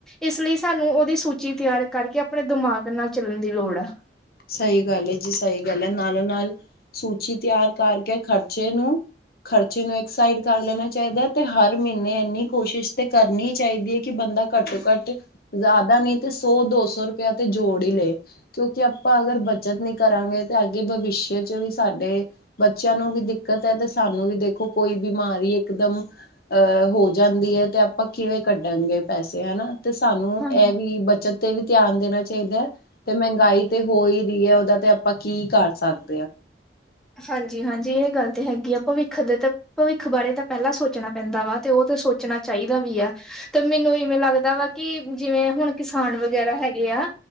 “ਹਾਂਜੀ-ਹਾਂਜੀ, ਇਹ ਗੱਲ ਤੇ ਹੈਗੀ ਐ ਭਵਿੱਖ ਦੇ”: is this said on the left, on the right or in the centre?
Centre